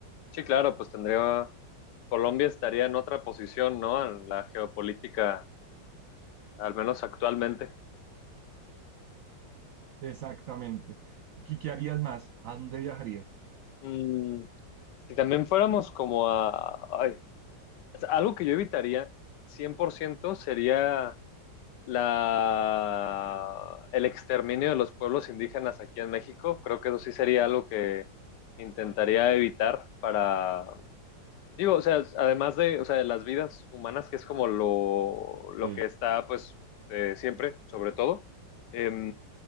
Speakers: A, on the left; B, on the right.
A: Sí, claro, pues tendría, Colombia estaría en otra posición, ¿no? En la geopolítica, al menos actualmente.
B: Exactamente. ¿Y qué harías más? ¿A dónde viajarías?
A: Mm, si también fuéramos como a, ay, o sea, algo que yo evitaría 100% sería la, el exterminio de los pueblos indígenas aquí en México. Creo que eso sí sería algo que intentaría evitar para, digo, o sea, además de, o sea, de las vidas humanas, que es como lo, lo
B: Sí,
A: que está, pues, eh, siempre, sobre todo, eh,